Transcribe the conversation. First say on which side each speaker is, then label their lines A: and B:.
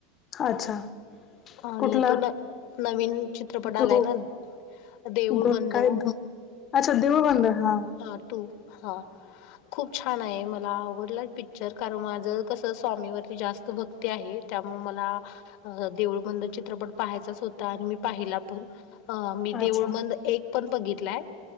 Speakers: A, on the left (about 35°); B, on the left (about 60°).
A: अच्छा
B: आणि
A: कुठला
B: तो न नवीन चित्रपट
A: धो
B: आलाय ना. देऊळ
A: धो
B: बंद.
A: काय धो अच्छा देव बंद हा.
B: ह तु हा. खूप छान आहे मला आवडला पिक्चर कारण माझं कसं स्वामीवरती जास्त भक्त. ते आहे त्यामुळे मला देऊळबंद चित्रपट पाहायचाच होता आणि मी पाहिला पण. अ मी
A: अच्छा
B: देऊळबंद एक पण बघितलाय